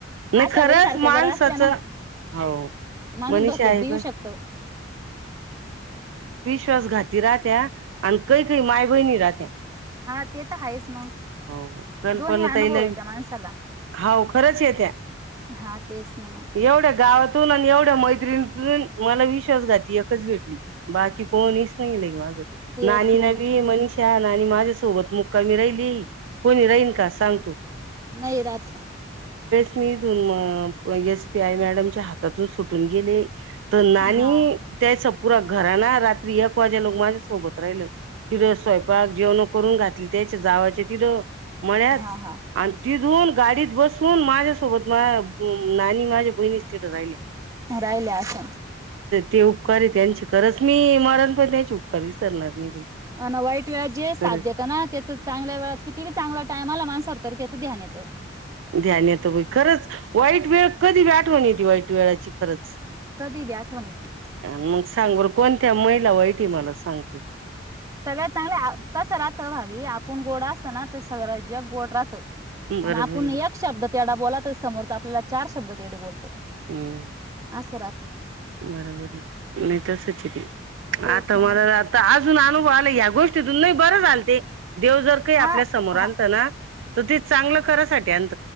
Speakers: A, on the right (about 80°); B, on the right (about 20°).
A: नाही
B: आशाबाई
A: खरंच
B: सारख्या
A: माणसाचं
B: जर असल्या ना
A: हो
B: माणूस
A: मनीषा
B: धोक्यात
A: आहे
B: बी येऊ
A: बाई
B: शकतो.
A: वीश्वास घाती राहत्या आणि कही कही माय बहिणी राहत्या.
B: हा ते त हाहेच मग
A: हो कल्पना
B: दोन्ही अनुभव
A: ताईला
B: येत त्या माणसाला
A: हाव खरंच येत्या
B: हा तेच ना म
A: एवढ्या गावातून आणि एवढ्या मैत्रीणीतून मला विश्वास घाती एकच भेटली बाकी कोणीच नाही ले माझ
B: तेच
A: नानी
B: ना
A: न
B: मग
A: बी मनीष शान आणि माज माझ सोबत मुक्कामी राहिली कोणी राहीन का सांग तू.
B: नाही रात
A: ईथून म एस पी आय मॅडमच्या हातातून सुटून गेले. त नाणी
B: हा
A: त्यायचा पुूरा घराना रात्री एक वाज ते लोक माझ्यासोबत राहिल तिड स्वयंपाक जेवण करून घातली त्याच्या जावाचे तिड मळ्यात
B: हा हा
A: आणि तीच तीथुन गाडीत बसून माझ्यासोबत माह्या नाणी माझ्या बहिणीच्या तिथ राहिले
B: राहिल्या असन
A: ते उपकार त्यांची खरंच मी मरन पण त्यांचे उपकार विसरणार नाही बाई
B: हा ना वाईट वेळेच जे साथ
A: खरंच
B: देत ना त्याच चांगल्या वेळात किती बी चांगला टाइम आला ना तरी त्याचं ध्यान येतं.
A: ध्यान येत बाई खरंच वाईट वेळ कधी बी आठवण येती वाईट वेळाची खरंच.
B: कधी बी आठवण येती.
A: आण मग सांग बर कोण? त्यामैला वाईट मला सांगत.
B: सगळ्यात चांगले कसं राहत भाबी आपुण गोड असल ना ते सगळं जग गोड राहत त
A: बरोबर
B: <inaudible> आणि आपूण
A: आहे
B: एक शब्द तेढा बोला तर समोरचा आपल्याला चार शब्द तेढ बोलतो
A: हम्म
B: आस राहत. ते अ
A: बरोबर नाही तसचे ते
B: तेच
A: आता
B: ना
A: मला
B: मग
A: आता आज अजून अनुभव आला ह्या गोष्टीतून नाही बरं झाल ते. देव जर काही आपल्या
B: हा
A: समोर आणत
B: हा
A: ना त ते चांगलं करासाठी आणत